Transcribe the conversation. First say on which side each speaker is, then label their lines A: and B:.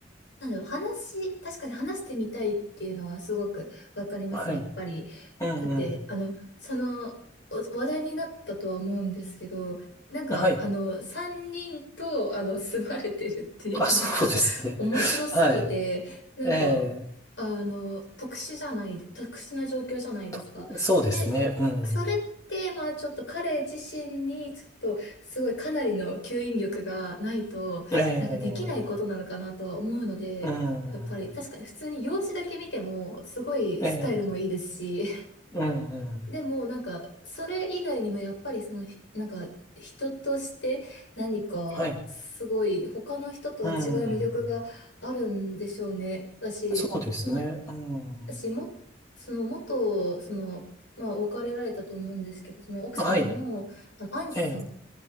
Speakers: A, on the left; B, on the left.
A: なんだろう、話、確かに話してみたいっていうのはすごくわかります、
B: はい。
A: やっぱり。
B: うんうん。
A: だって、あの、その、お話題になったとは思うんですけど、なんか、
B: はい。
A: あの、3人と、あの、<laughs> 住まれてるっていうのが
B: あ、そうですね。
A: <laughs> 面白すぎて、
B: はい。
A: なんか、
B: ええ
A: あの、特殊じゃない、特殊な状況じゃないですか。
B: と、そうですね。
A: で、
B: うん。
A: それって、まあ、ちょっと彼自身に、ちょっと、すごいかなりの吸引力がないと、
B: ええ、
A: なんかできないことなのかなとは思うので、
B: うん。
A: やっぱり、確かに普通に容姿だけ見ても、すごいスタイルもいいですし、
B: ええ、うん、うん。
A: でも、なんか、それ以外にもやっぱりその、ひなんか、人として何か、
B: はい。
A: すごい、他の人とは違う魅力があるんでしょうね。
B: うん。
A: だし、
B: そうですね。
A: その、
B: うん。
A: 私も、その、元、その、まあ、別れられたと思うんですけど、その奥様の、
B: はい。
A: あの、アンさん
B: ええ、